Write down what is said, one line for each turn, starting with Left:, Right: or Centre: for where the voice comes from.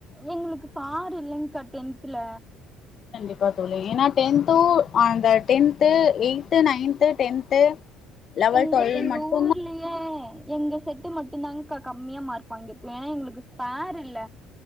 Centre: எங்களுக்கு சார் இல்லங்க்கா டென்த்ல
Left: கண்டிப்பா தோழி ஏனா டென்த்து அந்த tenth eighth, ninth, tenth level
Centre: எங்க
Left: டுவெல்
Centre: எங்க
Left: மட்டுந்தா
Centre: ஊர்லயே எங்க செட்டு மட்டுந்தாங் க்கா கம்மியா மார்க் வாங்கிர்க்கோ ஏனா எங்களுக்கு சார் இல்ல